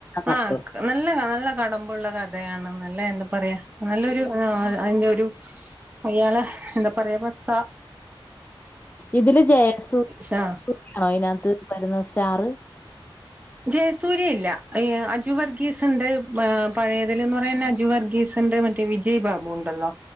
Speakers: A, on the right; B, on the left.
A: ആ
B: അർത്ഥം
A: നല്ലതാ നല്ല കടമ്പുള്ള കഥയാണ് നല്ല എന്ത പറയാ നല്ലൊരു അയിലെ ഒരു അയാളെ എന്താ പറയാ ബസ
B: ഇതില് ജയസൂ
A: സ
B: ജയസൂയാണോ അയിനകത്ത് വരുന്ന ചാറ്
A: ജയസൂര്യ ഇല്ല ഈ അജു വർഗീസ് ഉണ്ട് പഴയതല് എന്ന് പറയാൻ അജു വർഗീസ് ഉണ്ട് മറ്റേ വിജയ് ബാബു ഉണ്ടല്ലോ